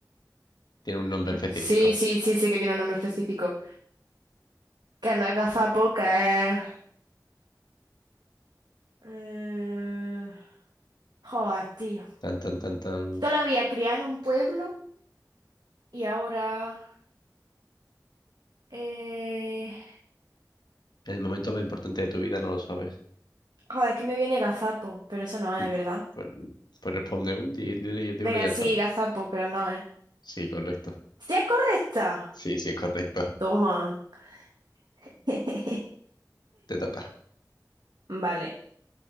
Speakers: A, on the left (about 75°); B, on the right (about 75°).
A: Tiene un nombre específico.
B: Sí, sí, sí, sí que tiene un nombre específico. Que no es gazapo, que es... eh, Joder, tío.
A: Tan, tan, tan, tan.
B: Yo la había criado en un pueblo y ahora... Eh...
A: En el momento más importante de tu vida no lo sabes.
B: Joder, es que me viene gazapo, pero eso no es,
A: Mm,
B: ¿verdad?
A: Pues, pues responde un, di, di, di- di
B: Venga,
A: uno y ya
B: sí,
A: está.
B: gazapo, pero no es.
A: Sí, correcto.
B: ¡Sí es correcta!
A: Sí, sí, es correcto.
B: Toma. <laughs>
A: Te toca.
B: Vale.